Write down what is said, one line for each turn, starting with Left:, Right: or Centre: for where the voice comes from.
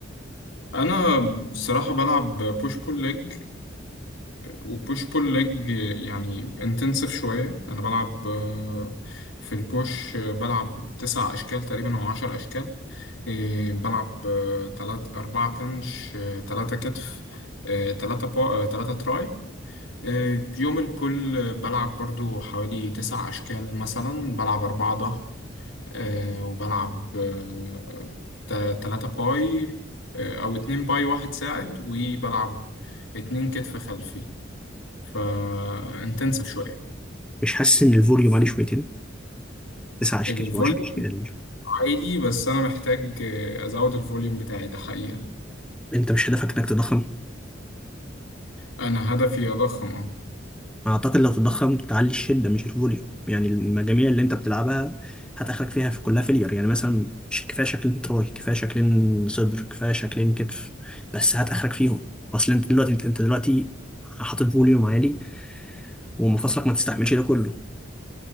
Left: انا بصراحه بلعب بوش بول ليج وبوش بول ليج يعني انتنسيف شويه انا بلعب آه، في البوش آه، بلعب تسع اشكال تقريبا او عشر اشكال آه، بلعب آه، تلات أربعة بنش آه، تلاتة كتف آه، تلاتة با... آه، تلاتة تراي آه، يوم البول آه، بلعب برضو حوالي تسع أشكال مثلا بلعب أربعة ظهر آه، وبلعب آه، تا- تلاتة باي آه، أو اتنين باي واحد ساعد وبلعب اتنين كتف خلفي فانتنسف شوية
Centre: مش حاسس إن الفوليوم عليه شويتين؟ 9 أشكال
Left: الفوليوم
Centre: و10 أشكال
Left: عالي بس أنا محتاج آه، أزود الفوليوم بتاعي ده حقيقة
Centre: أنت مش هدفك إنك تضخم؟
Left: أنا هدفي أضخم أهو
Centre: أعتقد لو تضخم تعلي الشدة مش الفوليوم يعني المجاميع اللي أنت بتلعبها هتاخرك فيها في كلها فيلير يعني مثلا مش كفاية شكلين تراي كفاية شكلين صدر كفاية شكلين كتف بس هتاخرك فيهم أصل أنت دلوقتي أنت أنت دلوقتي حاطط فوليوم عالي ومفاصلك ما تستحملش ده كله